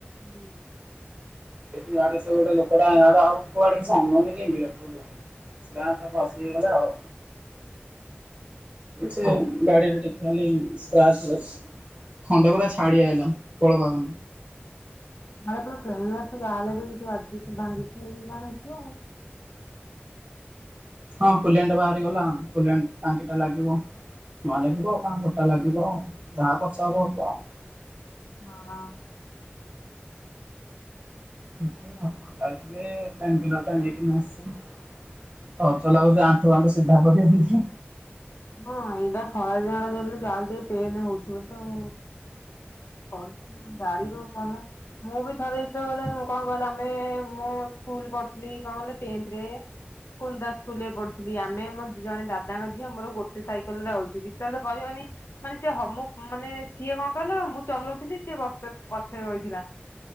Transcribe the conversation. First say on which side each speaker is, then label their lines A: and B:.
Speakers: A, on the left; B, on the right.
A: ବୋ
B: ସେଇଠୁ ଇଆଡୁ ଆସିବାକୁ ଗୋଟେ ଲୋକଟା ହେଠୁ ଆଉ କୁଆଡେ କିଛି ଅନାଉନି କି ଇଣ୍ଡିକେଟର ଦେଉନି। ସ୍ଲାପରେ ଘଷିହେଇଗଲା ଆଉ।
A: <inaudible>
B: ସେ ଗାଡିରେ ଟିକ ଖାଲି ସ୍କ୍ରାଚ ଅଛି ଖଣ୍ଡେପୁରା ଛାଡିଆଇଲା ଖୋଳପା ଖଣ୍ଡେ।
A: ଆରେ ପୁରା ପ୍ଲେନ ରାସ୍ତା ଯାହାହେଲେ ବି କିଛି ଭାଙ୍ଗି ଭାଙ୍ଗିଥିବ କି କଣ ହେଇଥିବ।
B: ହଁ, କୁଲ୍ୟାଣ୍ଟା ବାହାରିଗଲା, କୁଲ୍ୟାଣ୍ଟ ଟାଙ୍କିଟା ଲାଗିବ। ନୂଆ ଲାଗିବ ବା ନୋଟା ଲାଗିବ ଯାହା ଖର୍ଚ୍ଚ ହେବ ହେବ ଆଉ।
A: ହଁ।
B: କେତେ ଆପ୍ ଏବେ ପ୍ଲେନକ୍ଲିୟରଟା ନେଇକିନା ଆସେ। ଦରଜ ଲାଗୁଛି, ଆଣ୍ଠୁଫାଣ୍ଠୁ ସିଧା କରିହଉନି।
A: ହଁ, ଏଇଟା ଖରା ଦିନଟା ଯେମିତି ଯାହା ହେଲେ ଟିକେ ପେନ୍ ହେଉଥିବ ତଉ। କଣ ତ ଗାଡିରୁୁ କଣ ମୁଁ ବି ଥରେ ଦିଥର ଗଲାବେଳକୁ କଣ କହିଲ ଆମେ ମୁଁ ସ୍କୁଲ ପଢୁଥିଲି କଣ କହିଲ ଟେନ୍ଥରେ। କୁନ୍ଦା ସ୍କୁଲରେ ପଢୁଥିଲି ଆମେ ଆମ ଜଣେ ଦାଦାଙ୍କ ଝିଅ ମୋର ଗୋ ସେ ସାଇକେଲରେ ଆଉଛି, ବିଶ୍ଵାସ କରିବନି ମାନେ ସେ ହମୁକ ମାନେ ସିଏ କଣ କହିଲ ମୁଁ ଚଲଉଥିଲି ସିଏ ସେ ବସତେତ୍ ପଛରେ ବଇଥିଲା।